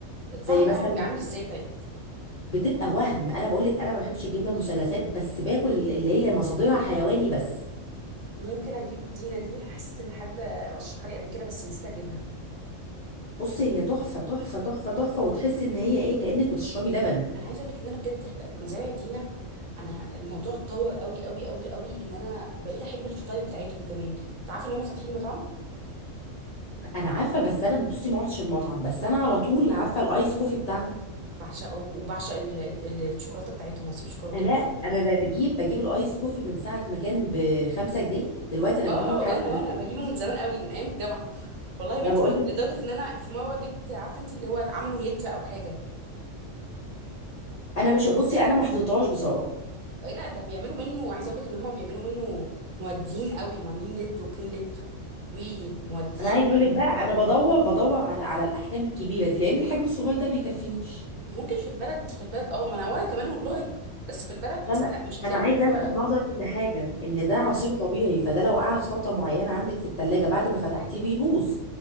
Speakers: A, on the right; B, on the left.
A: الطعم
B: زي
A: بتاعك
B: مثلا
A: بيبقى عامل ازاي طيب
B: بتبقى وهم انا بقول لك انا ما بحبش الجبنه المثلثات بس باكل اللي هي مصادرها حيواني بس
A: ممكن اجيب دينا دي حسيت ان حد رشحها لي قبل كده بس نسيت اجيبها
B: بصي هي تحفه تحفه تحفه تحفه وتحسي ان هي ايه كانك بتشربي لبن
A: انا عايزه اقول لك ان انا بجد مزارع دينا انا الموضوع اتطور قوي قوي قوي قوي ان انا بقيت احب الفطاير بتاعتهم كمان تعرفي ان هم فاتحين مطعم
B: انا عارفه بس انا بصي ما رحتش المطعم بس انا على طول عارفه الايس كوفي بتاعهم
A: بعشقه وبعشق ال- ال- الشوكولاته بتاعتهم عصير شوكولاته
B: لا انا بجيب بجيب الايس كوفي من ساعه ما كان ب 5 جنيه دلوقتي انا
A: اه
B: بجيبه بحاجه
A: اه وانا وانا بجيبه من زمان قوي من ايام الجامعه والله يا بنتي
B: انا بقول
A: كنت-
B: لك
A: لدرجه ان انا في مره جبت عارفه انت اللي هو عملوا لتر او حاجه
B: انا مش بصي انا ما حضرتهاش بصراحه
A: إيه، لا ده بيعملوا منه عايزه اقول لك ان هم بيعملوا منه مودين قوي عاملين لتر وكلين لتر وي مودين
B: انا عايزه
A: يعني
B: اقول لك بقى انا بدور بدور على على الاحجام الكبيره دي لان الحجم الصغير ده بيكفينيش
A: ممكن في البلد في البلد اه ما انا وانا كمان والله بس في البلد
B: فانا
A: لا مش هتلاقيها
B: انا عايزه
A: متوفره
B: الفت
A: قوي
B: نظرك لحاجه ان ده عصير طبيعي فده لو قعد فتره معينه عندك في الثلاجه بعد ما فتحتيه بيبوظ